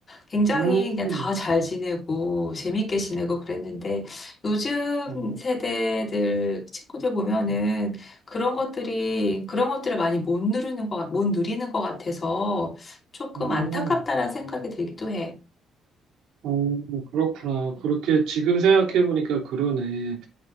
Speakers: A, on the left (about 35°); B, on the right (about 80°).
A: 굉장히
B: 음,
A: 그냥 다 잘 지내고 재밌게 지내고 그랬는데 요즘
B: 음,
A: 세대들 친구들 보면은 그런 것들이 그런 것들을 많이 못 누르는 것, 같- 못 누리는 것 같아서 조금
B: 음.
A: 안타깝다라는 생각이 들기도 해.
B: 어, 그렇구나. 그렇게 지금 생각해보니까 그러네.